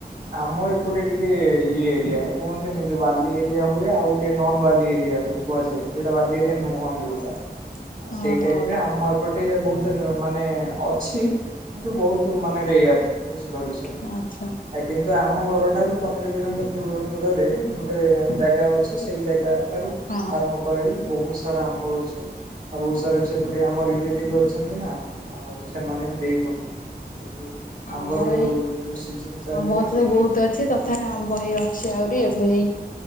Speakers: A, on the right; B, on the left.
A: ଆମ ଏପଟେ ଟିକେ ଇଏ ଏରିଆ କୁହନ୍ତିନି ଯୋଉ ବାଲି ଏରିଆ ହୁଏ ଆଉ ଗୋଟେ ନନ ବାଲି ଏରିଆ ଯଉ। କୁହାଯାଏ ସେଇଟା ବାଲିରେ ନୁହଁ ଯୋଉଟା।
B: <unintelligible>
A: ଆଉ ସେଇ
B: ଓହୋ
A: ଟାଇପ୍ ରେ ଆମ ଏପଟେ ବହୁତ ମାନେ ଅଛି। କିନ୍ତୁ ବହୁତ ମାନେ ରେୟାର ବୁଝିପାରୁଛ। ଆ
B: ଆଚ୍ଛା
A: କିନ୍ତୁ ଆମ ଘରଠାରୁ ପନ୍ଦର କିଲୋମିଟର ଦୂରରେ ଗୋଟେ ଜାଗା ଅଛି ସେଇ ଜାଗା। ଠାରୁ
B: ହଁ
A: ଆରମ୍ଭ କରିଲେ ବହୁତ ସାରା ଆମ୍ବ ଗଛ। ଆଉ ବହୁତ ସାରା ବି ସେପଟେ ଆମ ରିଲେଟିଭ ଅଛନ୍ତି ନା ଆଉ ସେମାନେ ବି ଦେଇପ ଏଇ ଯୋଉ
B: ଆମର
A: ଆମ୍ବର ଯୋଉ
B: ଏଇ
A: ସିଜିନି ଚାଲିନି
B: ଆମ୍ବ ଗଛ
A: କି
B: ତ ବହୁତ ଅଛି ତଥାପି ଆମ୍ବ ହେଇ ଅଛି ଆହୁରି ଏବେ ହେଇ